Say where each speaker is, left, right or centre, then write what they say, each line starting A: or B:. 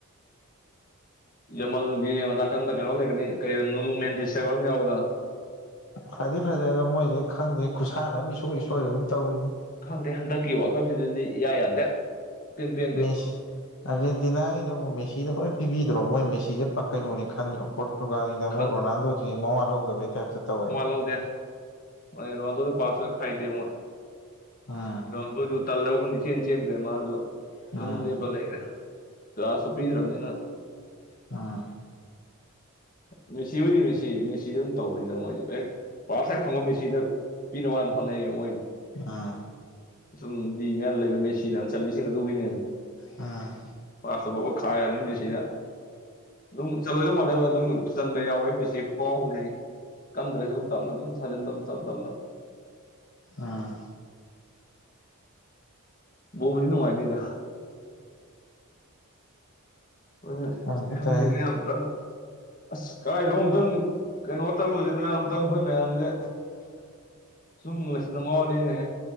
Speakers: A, on the left; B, on the left.
A: ꯌꯦꯝꯕꯜꯗꯤ <inaudible> ꯀꯟꯅ ꯀꯩꯅꯣ ꯂꯩꯒꯅꯤ ꯀꯔꯤꯣꯅꯨ ꯃꯦꯟꯗꯤꯁꯇꯕ ꯑꯃ ꯌꯥꯎꯕꯗ <inaudible>
B: ꯐꯗꯤ ꯐꯖꯩ ꯑꯗꯣ ꯃꯣꯏꯁꯦ ꯈꯪꯗꯦ ꯈꯨꯠꯁꯥꯟꯅ ꯑꯃ ꯏꯁꯣꯏ ꯏꯁꯣꯏꯕ ꯑꯃ ꯇꯧꯋꯦꯅꯦ
A: ꯈꯪꯗꯦ ꯍꯟꯗꯛꯀꯤ ꯋꯥꯜꯗ ꯀꯞꯁꯤꯗꯗꯤ ꯏꯌꯥ ꯌꯥꯗꯦ ꯏꯄꯦꯟ ꯄꯦꯟꯗꯦ
B: ꯃꯦꯁꯤ ꯑꯥꯔꯖꯦꯟꯇꯤꯅꯥꯒꯤꯅ ꯃꯦꯁꯤꯗꯣ ꯂꯣꯏ ꯄꯤꯕꯤꯗ꯭ꯔꯣ ꯃꯣꯏ ꯃꯦꯁꯤꯁꯦ ꯀꯩꯅꯣꯅꯦ ꯈꯟꯗ꯭ꯔꯣ ꯄꯣꯔꯇꯨꯒꯜꯒꯤꯅ ꯑꯃꯨꯛ
A: ꯈꯜꯂꯦ
B: ꯔꯣꯅꯥꯜꯗꯣꯁꯦ ꯃꯋꯥ ꯂꯧꯗꯕꯩ ꯇꯥꯏꯞꯇ ꯇꯧꯋꯦꯕ
A: ꯇ ꯔꯗ ꯄꯁ ꯈꯥꯏꯗ ꯃ
B: ꯎꯝ
A: ꯔꯣ <inaudible> ꯇꯜꯂꯕ ꯈꯪꯗꯦ ꯏꯆꯦꯟ ꯆꯦꯟꯗ꯭ꯔꯦ ꯃꯥꯁꯨ ꯑꯗꯨꯝ
B: ꯎꯝ
A: ꯂꯦꯞꯄ ꯂꯩꯔꯦ ꯆꯥꯟꯁꯁꯨ ꯄꯤꯗ꯭ꯔꯕꯅꯤꯅ
B: ꯑꯥ
A: ꯃꯦꯁꯤ ꯍꯣꯏꯗꯤ ꯃꯦꯁꯤ ꯃꯦꯁꯤꯗ ꯑꯗꯨꯝ ꯇꯧꯋꯤꯗ ꯃꯣꯏꯗꯤ ꯍꯦꯛ ꯄꯥꯁ ꯍꯦꯛ ꯐꯪꯕ ꯃꯦꯁꯤꯗ ꯄꯤꯅꯕ ꯍꯥꯟꯅ ꯍꯣꯠꯅꯩꯌꯦ ꯃꯣꯏꯗꯤ
B: ꯑꯥ
A: ꯁꯨꯝ ꯗꯤ ꯃꯌꯥꯗ ꯂꯩꯕ ꯃꯦꯁꯤꯅ ꯑꯃ ꯆꯜꯂꯤꯁꯤꯡꯗꯨ ꯑꯗꯨꯒꯤꯅꯦꯕ
B: ꯑꯥ
A: ꯄꯥꯁꯇꯨ ꯐꯠ ꯐꯠ ꯈꯥꯏꯔꯕꯅꯤꯅ ꯃꯦꯁꯤꯅ ꯑꯗꯨꯝ ꯆꯜꯂꯣꯏꯗꯧ ꯃꯥꯟꯂꯒ ꯑꯗꯨꯝ ꯆꯟꯗ ꯌꯥꯎꯋꯤ ꯃꯦꯁꯤ ꯈꯨꯀꯥꯎ ꯑꯃ ꯂꯩꯌꯦ ꯀꯟꯗ꯭ꯔꯁꯨ ꯇꯞꯅ ꯑꯗꯨꯝ ꯊꯥꯖꯤꯟꯕ ꯇꯞ ꯇꯞꯅ
B: ꯑꯥ
A: ꯕꯣꯜꯗꯤ ꯅꯨꯡꯉꯥꯏꯅꯤꯗ ꯑ <unintelligible>
B: ꯈꯪꯗꯦ
A: ꯈꯪꯗꯦꯅꯦ
B: ꯇꯧꯔꯤꯁꯦ
A: ꯌꯥꯝ ꯑꯝꯇꯪ ꯑꯁ ꯀꯥꯏꯗꯅꯣ ꯑꯝꯇꯪ ꯀꯩꯅꯣ ꯆꯠꯂꯨꯁꯤꯗꯅ ꯑꯝꯇꯪ ꯑꯩꯈꯣꯏ ꯃꯌꯥꯝꯁꯦ
B: <unintelligible>
A: ꯁꯨꯝ ꯂꯩꯁꯤꯟꯗ ꯉꯥꯎꯔꯅꯤꯅꯦꯍꯦ